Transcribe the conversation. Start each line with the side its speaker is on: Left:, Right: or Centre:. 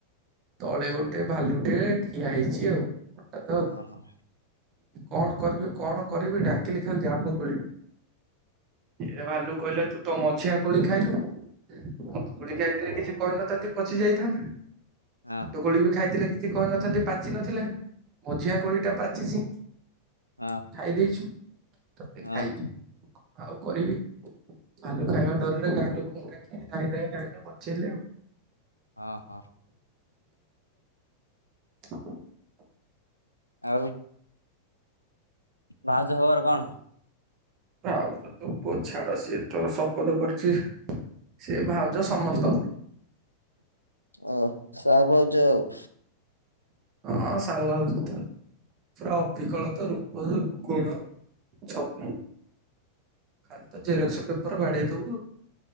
Right: ତଳେ ଗୋଟେ ଭାଲୁଟେ ଠିଆ ହେଇଛି। କି ଆଉ। ଆଉ
Left: ହଁ ହଁ।
Right: କଣ କରିବି, କଣ କରିବି, ଡାକିଲି ଖାଲି ଜାମୁକୋଳି ଏ ଭାଲୁ କହିଲା ତୁ ତ ମଝିଆ କୋଳି ଖାଇଲୁ ବଡ କୋଳିଖାଇଥିଲେ କିଛି କହିନଥାନ୍ତି ପଚି ଯାଇଥାନ୍ତା।
Left: ହଁ।
Right: କୋଳିବି ଖାଇଥିଲେ କିଛି କହିନଥାନ୍ତି ପାଚି ନଥିଲା ମଝିଆ କୋଳିଟା ପାଚିଛି
Left: ହଁ
Right: ଖାଇଦେଇଛୁ ତତେ
Left: ହଁ
Right: ଖାଇବି ଆଉ କରିବି ଭାଲୁ ଖାଇବା ଡରରେ ଗାଁ ଲୋକଙ୍କୁ ଡାକିଲି ଧାଇଁ ଧାଇଁ ଧାଇଁ ବଞ୍ଚେଇଲେ ଆଉ।
Left: ହଁ ହଁ।
Right: <inaudible>
Left: ଆଉ ଭାଉଜ ଖବର କଣ?
Right: ଭାଉଛ ତୋ ପୁଅ ଛାଡ଼ ସିଏତ ଶପଥ କରଛି ସିଏ ଭାଉଜ ସମସ୍ତଙ୍କର।
Left: ଓ ସାହୁ ଭାଉଜ ଆଉ।
Right: ହଁ ସାହୁ ଭାଉଜତ ସିଏ ଅବିକଳତ ରୂପ ଗୁଣ ଛବି ଖାଲିତ ଜେରକ୍ସ ପେପର୍ ବାଡ଼େଇ ଦବୁ।